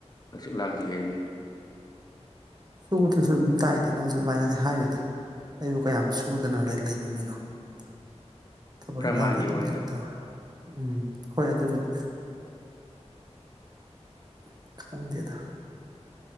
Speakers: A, on the left (about 35°); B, on the right (about 35°).
A: ꯍꯪꯆꯤꯠ ꯂꯥꯡꯖꯒꯦꯗꯨꯅꯤ
B: ꯁꯨꯕꯗꯁꯨ ꯑꯗꯨꯝ ꯇꯥꯏꯗ ꯅꯪꯁꯨ ꯑꯗꯨꯃꯥꯏꯅꯗꯤ ꯍꯥꯏꯅꯨꯗ ꯑꯩꯕꯨ ꯀꯌꯥꯝ ꯁꯨꯗꯅ ꯂꯩ ꯂꯩꯕ ꯃꯤꯅꯣ <inaudible> ꯊꯕꯛ
A: ꯄ꯭ꯔꯃꯥꯟꯒꯤ
B: ꯏꯟꯒꯥꯡꯗꯤ ꯑꯗꯨꯝ
A: ꯋꯥꯅꯤꯗ
B: ꯇꯧꯋꯦ ꯎꯝ ꯍꯣꯏ ꯑꯗꯨꯕꯨꯗꯤ <inaudible> ꯈꯪꯗꯦꯗ